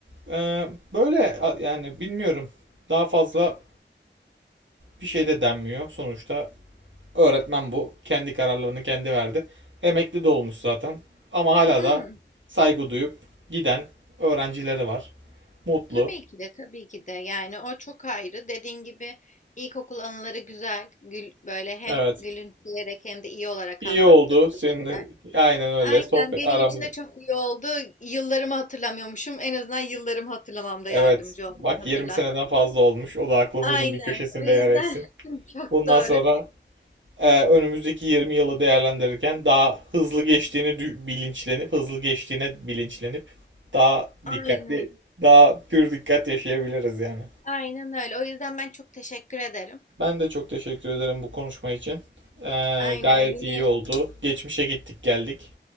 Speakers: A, on the right; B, on the left.
A: e, böyle a- yani bilmiyorum. Daha fazla bir şey de denmiyor. Sonuçta öğretmen bu. Kendi kararlarını kendi verdi. Emekli de olmuş zaten. Ama hala
B: Hmm,
A: da saygı duyup giden öğrencileri var. Mutlu.
B: Tabii ki de tabii ki de yani o çok ayrı. Dediğin gibi ilkokul anıları güzel. Gül, böyle hem
A: Evet.
B: gülümseyerek hem de iyi olarak
A: İyi
B: anlattığımız
A: oldu seninle.
B: şeyler.
A: Aynen öyle.
B: Aynen
A: Sohbet
B: benim
A: aramız.
B: için de çok iyi oldu. Yıllarımı hatırlamıyormuşum. En azından yıllarımı hatırlamamda
A: Evet.
B: yardımcı
A: Bak
B: oldu, hatırlattı.
A: 20 seneden fazla olmuş. O da aklımızın
B: Aynen.
A: bir köşesinde
B: O yüzden
A: yer etsin.
B: <laughs> çok
A: Bundan
B: doğru.
A: sonra e, önümüzdeki 20 yılı değerlendirirken daha hızlı geçtiğini bilinçlenip, hızlı geçtiğine bilinçlenip daha
B: Aynen.
A: dikkatli, daha pür dikkat yaşayabiliriz yani.
B: Aynen öyle. O yüzden ben çok teşekkür ederim.
A: Ben de çok teşekkür ederim bu konuşma için. E,
B: Aynen
A: gayet
B: yine
A: iyi oldu. Geçmişe gittik geldik.